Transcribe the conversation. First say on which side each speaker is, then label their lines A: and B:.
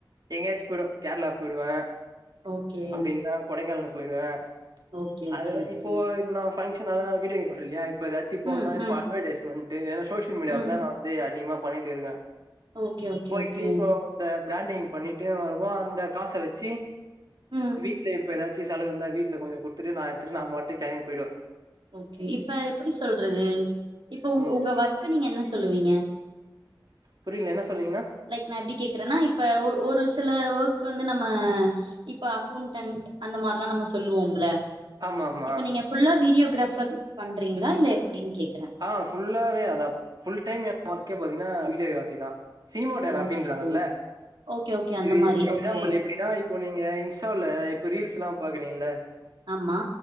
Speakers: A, on the right (about 55°); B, on the right (about 80°).
A: எங்கேயாச்சு போய்டுவே கேர்ளா போய்டுவே
B: ஓகே
A: அப்டி இல்லன்னா கொடைக்கானல் போய்டுவே
B: ஓகே ஓகே
A: அது
B: ஓகே
A: இப்போ இப்ப நா பங்க்ஷன் அததா வீடியோ க்ராபர் இல்லையா இப்போ எதாச்சி போன்னுன்னா
B: ம்
A: இப்போ
B: ம்
A: அட்வெடையிஸ்மெண்ட்டு ஏன்னா சோசியல் மீடியாவுக்கு
B: ம்
A: தா நா வந்து அதிகமா பண்ணிட்டு இருக்கே
B: ஓகே ஓகே
A: போயிட்டு
B: ஓகே
A: இப்போ இந்த ஃப்ராண்டிங் பண்ணிட்டு வருவோ அந்த காச வச்சி
B: ம்
A: வீட்ல இப்போ எதாச்சு செலவு வந்தா வீட்டுல கொஞ்ச குடுத்துட்டு நா எடுத்துட்டு நா மாட்டுக்கு கெளம்பி போய்டுவே
B: ஓகே இப்ப எப்டி சொல்றது இப்ப உங்க
A: ம்
B: உங்க ஒர்க்க நீங்க என்ன சொல்லுவீங்க
A: புரியல என்ன சொன்னீங்னா
B: லைக் நா எப்டி கேக்குறன்னா இப்ப ஒ ஒரு சில ஒர்க் வந்து நம்ம இப்ப அக்கௌண்டன்ட் அந்த மார்லா நம்ம சொல்லுவோம்ல
A: ஆமா ஆமா
B: இப்ப நீங்க ஃபுல்லா வீடியோகிராபர் பண்றீங்களா இல்ல எப்புடின் கேக்குறே
A: ஆ ஃபுல்லாவே அதா ஃபுல் டைம் ஏ ஒர்க்கே பாத்தீங்கன்னா வீடியோகிராஃபி தா சினிமோட்டோ கிராபின்றாங்கல்ல
B: ஓகே ஓகே ஓகே அந்த
A: இது
B: மாரி
A: எக்ஸாம்புல்
B: ஓகே
A: எப்புடின்னா இப் இப்போ நீங்க இன்ஸ்டாவுல இப்ப ரீல்ஸ் எல்லா பாக்குறீங்ல
B: ஆமா